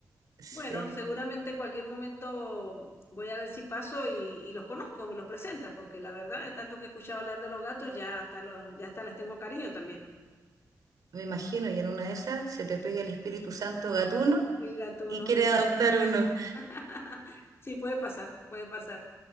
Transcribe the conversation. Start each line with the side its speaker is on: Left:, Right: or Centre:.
Right: Sí,
Left: Bueno, seguramente en cualquier momento voy a ver si paso y, y los conozco, me los presentas, porque la verdad, de tanto que he escuchado hablar de los gatos, ya hasta los, ya hasta les tengo cariño también.
Right: me imagino, y en una de esas se te pega el Espíritu Santo gatuno
Left: Y el gatuno,
Right: y quiere
Left: y
Right: adoptar uno.
Left: <laughs> sí, puede pasar, puede pasar.